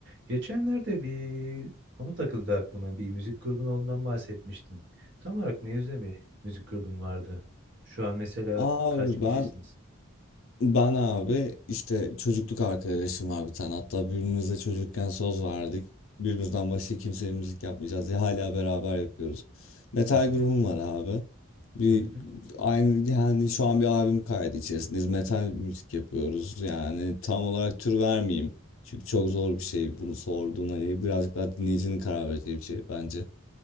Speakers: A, on the right; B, on the left.
A: Geçenlerde bir onu takıldı aklıma. Bir müzik grubun olduğundan bahsetmiştin. Tam olarak ne yüzde bir müzik grubun vardı? Şu an mesela
B: Abi
A: kaç kişisiniz?
B: ben ben abi işte çocukluk arkadaşım var bir tane. Hatta birbirimize çocukken söz verdik. Birbirimizden başka kimseye müzik yapmayacağız diye hala beraber yapıyoruz. Metal
A: Hı hı,
B: grubum var abi. Bir
A: hı hı.
B: aynı yani şu an bir albüm kaydı içerisindeyiz. Metal müzik yapıyoruz. Yani tam olarak tür vermeyeyim. Çünkü çok zor bir şey bunu sorduğun hani birazcık daha dinleyicinin karar vereceği bir şey bence.